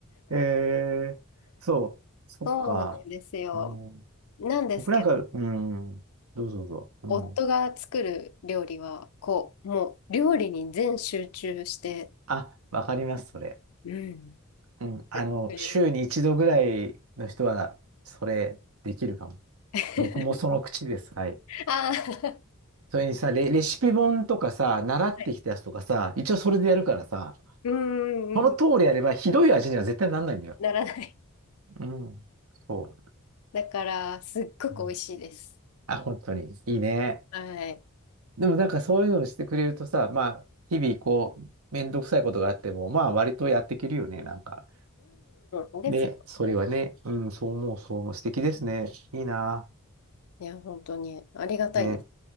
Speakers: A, on the right (about 75°); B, on the left (about 80°).
A: えー、そう。そっか。
B: そうなんですよ。
A: うん、
B: なんですけ
A: 僕なんか、うん、どうぞどうぞ。うん。
B: 夫が作る料理は、こう、もう料理に全集中して
A: あ、わかります、それ。
B: うん。
A: うん、あの、
B: くれる。
A: 週に一度ぐらいの人は、それできるかも。
B: <laughs>
A: 僕もその口です。はい。
B: ああ、
A: それにさ、レ、レシピ本とかさ、習ってきたやつとかさ、
B: はい。
A: 一応それでやるからさ、
B: うんうんうん。
A: この通りやればひどい味には絶対なんないんだよ。
B: ならない。
A: うん。そう。
B: だから、すっごく美味しいです。
A: うんあ、本当に。いいね。
B: はい。
A: でもなんかそういうのをしてくれるとさ、まあ、日々こう、めんどくさいことがあっても、まあ、割とやっていけるよね、なんか。
B: うん。ですね。
A: ね、それはね、うん、そう思う、そう思う。素敵ですね。いいな。
B: いや、本当にありがたいです。
A: ね。